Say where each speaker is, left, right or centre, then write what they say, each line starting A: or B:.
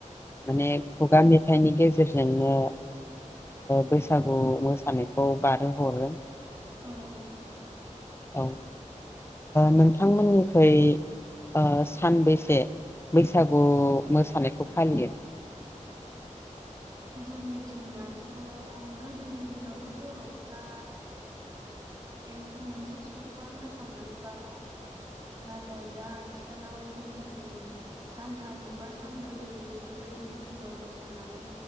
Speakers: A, on the left; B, on the right.
A: माने खुगा मेथाइनि गेजेरजोंनो बैसागु मोसानायखौ बारहो हरो
B: औ औ औ
A: औ नोंथांमोननिख्रुइ ओ सानबैसे बैसागु मोसानायखौ फालियो।
B: जोंनिथिं आथिखालाव गोदोनि दिनावथ' बर'फोरा एक मोनसे सप्ता मोसानानै बारहोहरोमोन नाथाय दा आथिखालाव जोंनिथिं सानथाम बा सानब्रै बेफोरबायदि बिदि दिनल' मोसानानै